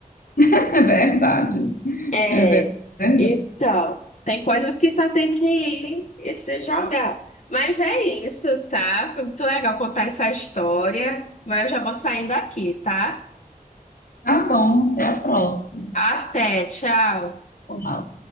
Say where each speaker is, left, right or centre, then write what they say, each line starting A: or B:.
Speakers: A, on the left; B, on the left.
A: É verdade.
B: É,
A: É verdade.
B: Então, tem coisas que só tem que ir e se jogar. Mas é isso, tá? Foi muito legal contar essa história, mas eu já vou saindo aqui, tá?
A: Tá bom, até a próxima.
B: Até, tchau!
A: Olá.